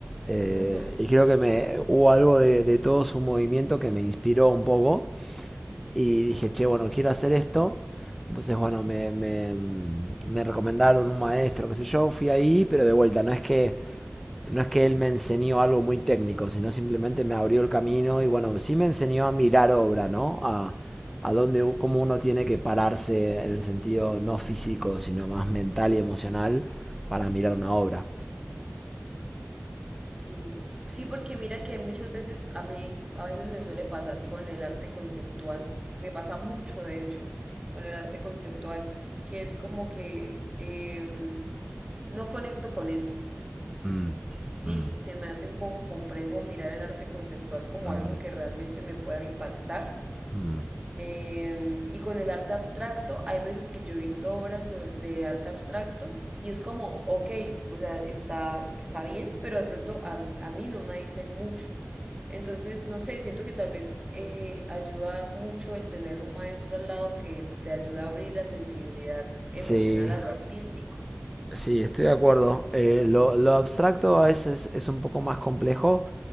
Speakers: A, in the centre; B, on the right.
A: eh,
B: Ujú.
A: y creo que me, hubo algo de, de todo su movimiento que me inspiró un poco. Y dije,
B: Ok.
A: che, bueno, quiero hacer esto. Entonces, bueno, me, me, me recomendaron un maestro, qué sé yo, fui ahí, pero de vuelta, no es que, no es que él me enseñó algo muy técnico, sino simplemente me abrió el camino y bueno, sí me enseñó a mirar obra, ¿no? A, a dónde, u- cómo uno tiene que pararse en el sentido no físico, sino más mental y emocional para mirar una obra.
B: Sí, sí, porque mira que muchas veces a mí, a veces me suele pasar con el arte conceptual, me pasa mucho de hecho, con el arte conceptual, que es como que em, no conecto con eso.
A: Mm,
B: Sí,
A: mm,
B: se me hace un poco complejo mirar el arte conceptual como
A: Sí, mm,
B: algo que realmente me pueda impactar
A: mm.
B: eh, y con el arte abstracto, hay veces que yo he visto obras so- de arte abstracto y es como, ok, o sea, está, está bien, pero de pronto a, a mí no me dicen mucho. Entonces, no sé, siento que tal vez eh, ayuda mucho el tener un maestro al lado que te ayuda a abrir la sensibilidad emocional
A: sí, Sí,
B: a lo artístico.
A: Sí, estoy de acuerdo. Eh, lo, lo abstracto a veces es un poco más complejo,